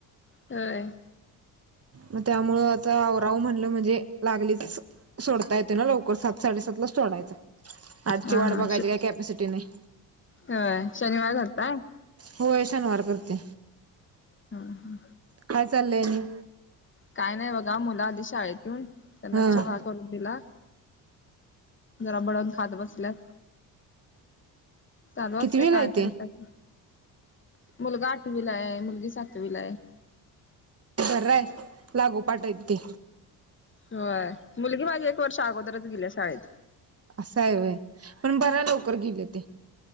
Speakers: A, on the left (about 30°); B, on the right (about 35°).
A: होय.
B: मग त्यामुळं, आता आवरावं म्हणलं म्हणजे, लागलीच सोडता येते ना लवकर सात साडे सातलाच सोडायचा. आजची
A: हा
B: वाट
A: हा
B: बघायची,
A: श
B: काय कॅपसिटी नाही.
A: होय शनिवार धरताय
B: होय, शनिवार करते.
A: हा, हा.
B: काय चाललंय आणि?
A: काय नाही बघा, मुलं आली शाळेतून, त्यांना
B: हा
A: चहा करून दिला. जरा भडंग खात बसल्यात. चालू असते
B: कितवीला
A: काय
B: आहे ते?
A: तरी काय. मुलगा आठवीला आहे. मुलगी सातवीला आहे.
B: बरं आहे. लागोपाठ आहेत ते
A: होय, मुलगी माझी एक वर्ष अगोदरच गेली शाळेत.
B: असं हाय वय पण, बरा लवकर गेले ते.